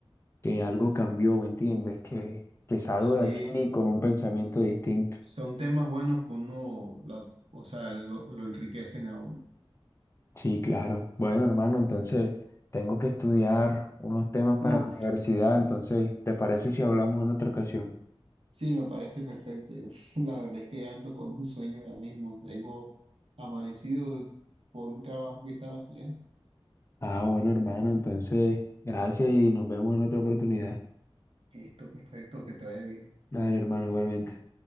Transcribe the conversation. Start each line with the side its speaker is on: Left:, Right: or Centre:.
Left: que algo cambió, ¿me entiendes? Que, que salgo
Right: Sí,
Left: de aquí con un pensamiento distinto.
Right: son temas buenos que uno, la- o sea, lo, lo enriquecen a uno.
Left: Sí, claro. Bueno, hermano, entonces tengo que estudiar unos temas para
Right: Uf,
Left: la universidad, entonces, ¿te parece si hablamos en otra ocasión?
Right: sí, me parece perfecto. Yo, <laughs> la verdad es que ando con un sueño ahora mismo. Tengo amanecido de- por un trabajo que estaba haciendo.
Left: Ah, bueno, hermano, entonces, gracias y nos vemos en otra oportunidad.
Right: Esto, perfecto, que te vaya bien.
Left: Dale, hermano, igualmente.